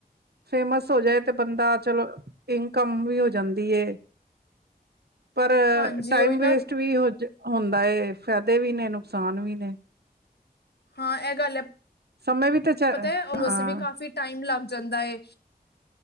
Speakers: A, on the right (about 80°); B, on the left (about 85°).
A: ਫੇਮਸ ਹੋ ਜਾਏ ਤੇ ਬੰਦਾ। ਚਲੋ ਇਨਕਮ ਵੀ ਹੋ ਜਾਂਦੀ ਏ। ਪਰ
B: ਹਾਂਜੀ
A: ਟਾਈਮ
B: ਉਹੀ ਨਾ
A: ਵੇਸਟ ਵੀ ਹੋ ਜ ਹੁੰਦਾ ਏ, ਫਾਏਦੇ ਵੀ ਨੇ, ਨੁਕਸਾਨ ਵੀ ਨੇ।
B: ਹਾਂ, ਏ ਗੱਲ ਏ।
A: ਸਮੇਂ ਵੀ ਤੇ ਚ
B: ਪਤਾ ਏ, ਹੁਨ
A: ਹਾਂ
B: ਵੈਸੇ ਵੀ ਕਾਫੀ ਟਾਈਮ ਲੱਗ ਜਾਂਦਾ ਏ।